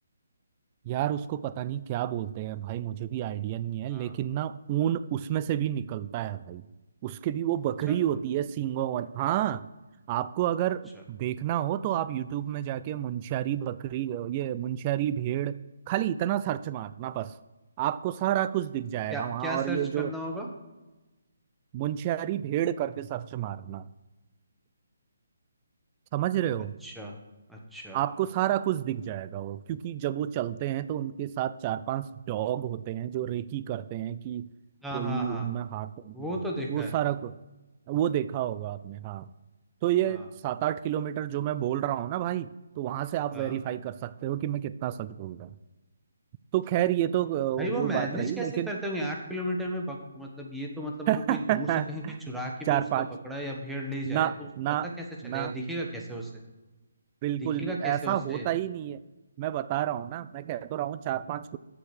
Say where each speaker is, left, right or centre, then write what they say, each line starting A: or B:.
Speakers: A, on the right; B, in the centre.
A: यार उसको पता नहीं क्या बोलते हैं भाई मुझे भी आइडिया नहीं है
B: हाँ
A: लेकिन ना ऊन उसमें से भी निकलता है भाई उसके भी वो बकरी
B: अच्छा
A: होती है सींगों वाली हाँ आपको अगर
B: अच्छा
A: देखना हो तो आप यूट्यूब में जाके मुंशियारी बकरी ये मुंशियारी भेड़ खाली इतना सर्च मारना बस आपको सारा कुछ दिख जाएगा
B: क्या
A: वहां
B: क्या
A: और
B: सर्च
A: ये जो
B: करना होगा
A: मुंशियारी भेड़ करके सर्च मारना समझ रहे हो
B: अच्छा अच्छा
A: आपको सारा कुछ दिख जाएगा वो क्योंकि जब वो चलते हैं तो उनके साथ चार पांच डॉग होते हैं जो रेकी करते हैं कि
B: हाँ
A: कोई
B: हाँ हाँ
A: उनमें हाथ तो नहीं
B: वो
A: है।
B: तो देखा
A: वो
B: है
A: सारा कुछ वो देखा होगा आपने हाँ तो ये
B: हाँ
A: सात आठ किलोमीटर जो मैं बोल रहा हूँ ना भाई तो वहां से आप
B: हाँ
A: वेरीफाई कर सकते हो कि मैं कितना सच बोल रहा हूँ तो खैर ये तो अ,
B: भाई वो
A: वो
B: मैनेज
A: बात रही
B: कैसे
A: लेकिन
B: करते होंगे आठ किलोमीटर में बक, मतलब ये तो मतलब
A: <laughs>
B: अगर कोई दूर से कहीं कोई चुरा के भी
A: चार
B: उसका
A: पांच
B: बकरा या भेड़ ले जाए
A: ना
B: तो उसे
A: ना
B: पता कैसे चलेगा
A: ना
B: दिखेगा कैसे उसे
A: बिल्कुल
B: दिखेगा
A: भी
B: कैसे
A: ऐसा
B: उसे
A: होता ही नहीं है मैं बता रहा हूँ ना मैं कह तो रहा हूँ चार
B: हाँ
A: पांच